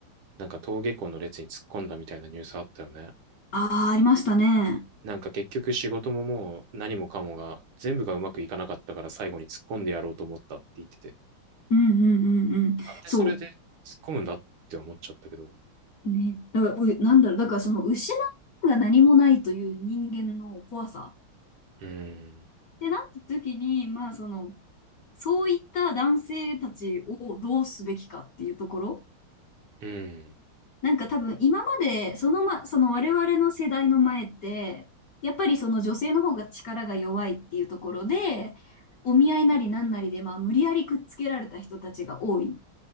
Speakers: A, on the right (about 80°); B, on the left (about 70°).
A: なんか登下校の列に突っ込んだみたいなニュースあったよね。
B: ああ、ありましたね。
A: なんか結局仕事ももう何もかもが全部がうまくいかなかったから最後に突っ込んでやろうと思ったって言ってて。
B: うんうんうんうん。
A: なんでそれで突っ込むんだって思っちゃったけど。
B: そう。ね。だから、う、なんだろう。だからその失うが何もないという人間の怖さ。
A: うん。
B: で、なった時に、まあその、そういった男性たちをどうすべきかっていうところ。
A: うん。
B: なんか多分今まで、そのま、その我々の世代の前って、やっぱりその女性の方が力が弱いっていうところで、お見合いなりなんなりで、まあ無理やりくっつけられた人たちが多い。